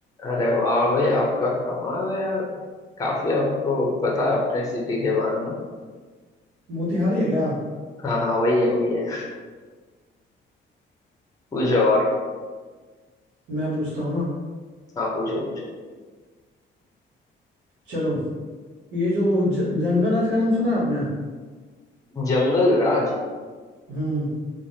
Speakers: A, on the left (about 15°); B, on the right (about 85°).
A: अरे वाह भाई आपका कमाल है यार काफी आपको पता है अपने सिटी के बारे में
B: मोतिहारी है क्या
A: हाँ हाँ वही है वही है पूछो और
B: मैं पूछता हूँ ना
A: हाँ पूछो पूछो
B: चलो ये जो ज, जंगल राज का नाम सुना है आपने
A: जंगल राज
B: हम्म